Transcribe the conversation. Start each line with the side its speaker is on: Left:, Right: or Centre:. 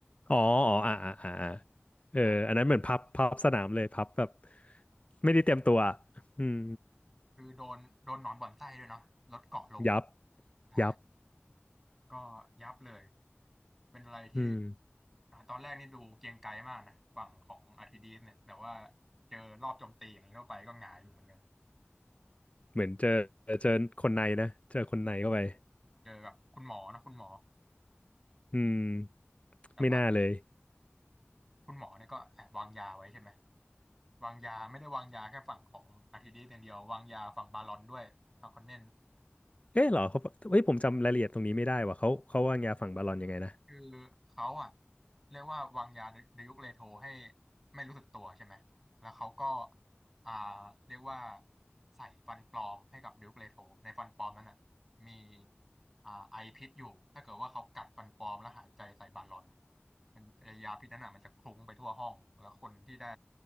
Left: อ๋ออ๋ออ่าอ่าอ่าอ่าเอออันนั้นเหมือนพับพับสนามเลยพับแบบ
Centre: อ่ะ
Left: ไม่ได้เตรียมตัวอะอืม
Centre: คือโดนโดนหนอนบ่อนไส้ด้วยเนาะรถเกาะลง
Left: ยับ
Centre: ใช่
Left: ยับ
Centre: ก็ยับเลยเป็นอะไรที่
Left: อืม
Centre: อ่ะตอนแรกนี่ดูเกรียงไกรมากนะฝั่งของอาร์ทิดีสเนี่ยแต่ว่าเจอรอบโจมตีอย่างนี้เข้าไปก็หงายอยู่เหมือนกัน
Left: เหมือนเจอเจอคนในนะเจอคนในเข้าไป
Centre: เจอกับคุณหมอนะคุณหมอ
Left: อืม
Centre: แต่ว่า
Left: ไม่น่าเลย
Centre: คุณหมอเนี่ยก็แอบวางยาไว้ใช่ไหมวางยาไม่ได้วางยาแค่ฝั่งของอาร์ทิดีสอย่างเดียววางยาฝั่งบาลอนด้วยฮาคอนเนน
Left: เอ๊ะเหรอเขาเฮ้ยผมจำรายละเอียดตรงนี้ไม่ได้ว่ะเขาเขาวางยาฝั่งบาลอนยังไงนะ
Centre: คือเขาอ่ะเรียกว่าวางยาเดยุคเลโทให้ไม่รู้สึกตัวใช่ไหมแล้วเขาก็อ่าเรียกว่าใส่ฟันปลอมให้กับเดยุคเลโทในฟันปลอมนั้นอ่ะมีอ่าไอพิษอยู่ ถ้าเกิดว่าเขากัดฟันปลอมแล้วหายใจใส่บาลอนมันไอ้ยาพิษนั้นอ่ะมันจะคลุ้งไปทั่วห้องแล้วคนที่ได้